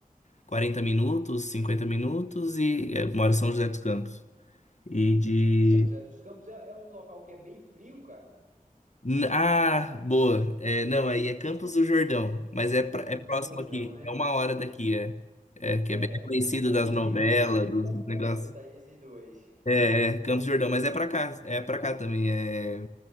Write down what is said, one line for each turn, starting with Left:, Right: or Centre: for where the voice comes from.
Left: 40 minutos, 50 minutos e é, eu moro em São José dos Campos. E de.
Right: São José dos Campos é, é um local que é bem frio, cara.
Left: N- Ah, boa. É, não, aí é Campos do Jordão, mas é, pra-
Right: Campos
Left: é próximo
Right: do Jordão,
Left: aqui,
Right: né?
Left: é uma hora daqui, é. É, que
Right: É,
Left: é bem
Right: eu
Left: conhecido
Right: con- eu confundi
Left: das novelas,
Right: mesmo. Eu sempre
Left: dos
Right: confundo
Left: negócios.
Right: essa- esses dois.
Left: É, é, Campos do Jordão, mas é pra cá, é pra cá também, é.